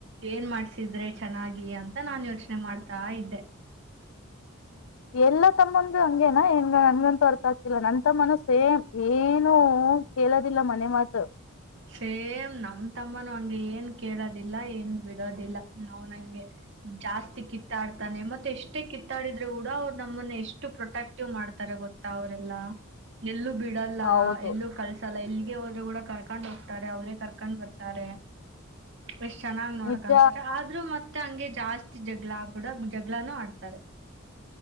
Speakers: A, on the right (about 60°); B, on the left (about 70°).
A: ಏನ್ ಮಾಡ್ಸಿದ್ರೆ ಚೆನ್ನಾಗಿ ಅಂತ ನಾನ್ ಯೋಚನೆ ಮಾಡ್ತಾ ಇದ್ದೆ
B: ಎಲ್ಲ ತಮ್ಮಂದರು ಹಂಗೆನಾ ಏನ್ ನನ್ಗಂತೂ ಅರ್ಥ ಆಗ್ತಿಲ್ಲ ನನ್ ತಮ್ಮನ ಸೇಮ್ ಏನು ಹ ಕೇಳೋದಿಲ್ಲ ಮನೆ ಮಾತ್
A: ಸೇಮ್ ನಮ ತಮ್ಮನು ಹಂಗೆ ಏನ್ ಕೇಳದ ಏನ್ ಬಿಡೋದಿಲ್ಲ ನಾ್ ನಂಗೆ ಜಾಸ್ತಿ ಕಿತ್ತಾಡ್ತಾನೆ ಮತ್ತೆ ಎಷ್ಟೇ ಕಿತ್ತಾಡಿಿದ ಕೂಡ ಅವ್ ನಮ್ಮ ಎಷ್ಟು ಪ್ರೊಟಕ್ಟಿವ್ ಮಾಡ್ತಾರೆ ಗೊತ್ತಾ ಅವರೆಲ್ಲ ನಲ್ಲ ಬಿಡಲ್ಲ
B: ಹೌದು
A: ಎಲ್ಲೂ ಕಳ್ಸಲ್ಲ ಎಲ್ಲಿ ಹಗೆ ಹೋದ್ರರು ಕೂಡ ಕರ್ಕೊಂಡ್ ಹೋಗ್ತಾರೆ ಅವ್ರೇ ಕರ್ಕೊಂಡ್ ಬರ್ತಾರೆ ಎಷ್ಟ್ ಚೆನ್ನಾಗ್ ನೋಡಕಂತಾರೆ
B: ನಿಜ
A: ಆದ್ರರು ಮತ್ತೆ ಹಂಗೆ ಜಾಸ್ತಿ ಜಗಳ ಕೂಡ ಜಗಳಾನೂ ಆಡ್ತಾರೆ